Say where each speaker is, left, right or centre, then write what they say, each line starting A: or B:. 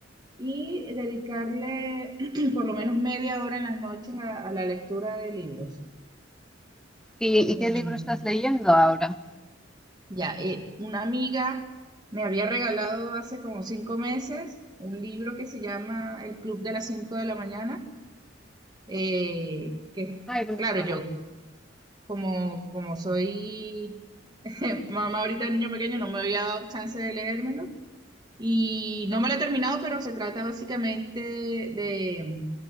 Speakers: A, on the right (about 20°); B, in the centre.
A: y dedicarle <clears throat> por lo menos media hora en las noches a, a la lectura de libros.
B: ¿Y, y
A: Eh,
B: qué libro estás leyendo ahora?
A: Ya, eh, una amiga me había regalado hace como cinco meses un libro que se llama El Club de las Cinco de la Mañana, eh, que
B: Ay, no
A: claro,
B: me suena.
A: yo como, como soy mamá ahorita de niño pequeño no me había dado chance de leérmelo y no me lo he terminado, pero se trata básicamente de,